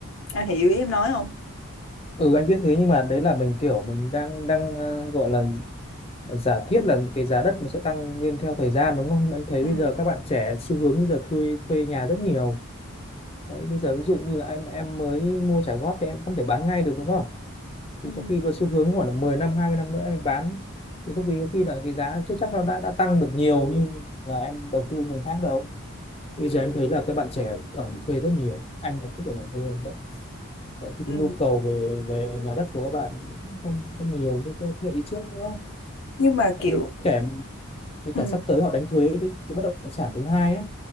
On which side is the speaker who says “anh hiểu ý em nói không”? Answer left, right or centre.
Left